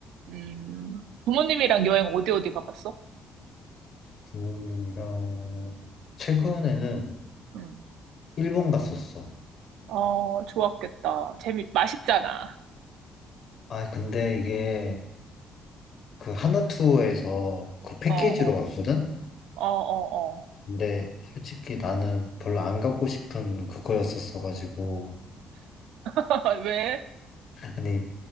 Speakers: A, on the right (about 85°); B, on the left (about 50°).
A: 음. 부모님이랑 여행 어디 어디 가봤어?
B: 부모님이랑, 최근에는
A: 음.
B: 일본 갔었어.
A: 어, 좋았겠다. 재미, 맛있잖아.
B: 아, 근데 이게
A: 음.
B: 그 하나투어에서 그 패키지로
A: 어, 어,
B: 왔거든?
A: 어, 어, 어.
B: 근데 솔직히 나는 별로 안 가고 싶은 그거였었어가지고.
A: <laughs> 왜?
B: 아니,